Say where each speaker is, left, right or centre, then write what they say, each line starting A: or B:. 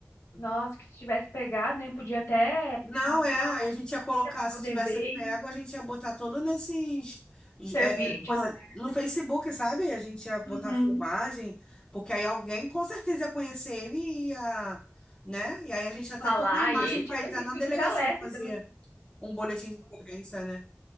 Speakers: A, on the left; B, on the left.
A: Nossa, que se tivesse pegado, né? Podia até
B: Não,
A: levar
B: é,
A: pra,
B: aí a gente ia colocar,
A: pra poder
B: se tivesse
A: ver
B: pego,
A: e
B: a gente ia botar todo nesses,
A: servir
B: é,
A: de
B: coisa,
A: alerta.
B: no Facebook, sabe? A gente ia botar
A: Uhum.
B: filmagem, porque aí alguém com certeza ia conhecer ele e ia, né? E aí a gente ia até
A: Falar.
B: ter uma imagem
A: E,
B: para
A: tipo
B: ir até
A: assim,
B: na
A: fica
B: delegacia
A: de alerta
B: fazer
A: também.
B: um boletim de ocorrência, né?